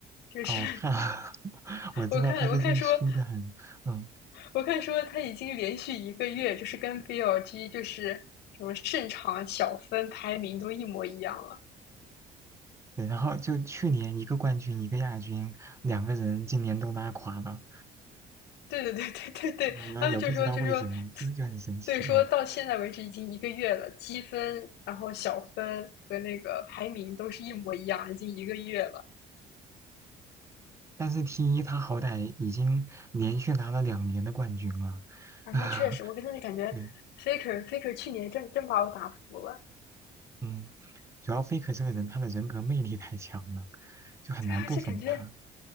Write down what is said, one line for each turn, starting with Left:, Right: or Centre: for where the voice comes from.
Left: 就是
Right: 哦，我看，<laughs>
Left: <laughs>
Right: 我知道他最近输的很，
Left: 我看我看说，
Right: 嗯，
Left: 我看说他已经连续一个月就是跟 BLG 就是什么胜场小分排名都一模一样了。
Right: 对，然后就去年一个冠军一个亚军，两个人今年都拉垮了。
Left: 对对对对对对，
Right: 啊，
Left: 他们就说就说，
Right: 也不知道为什么，就就很神奇啊。
Left: 对，说到现在为止已经一个月了，积分，然后小分和那个排名都是一模一样，已经一个月了。
Right: 但是 T 一他好歹已经连续拿了两年的冠军了，
Left: 啊，
Right: <laughs>
Left: 那确实，我跟他的感觉，Faker
Right: 对，
Left: Faker 去年真真把我打服了，
Right: 嗯，主要 Faker 这个人他的人格魅力太强了，就很难不粉他，
Left: 对啊，而且感觉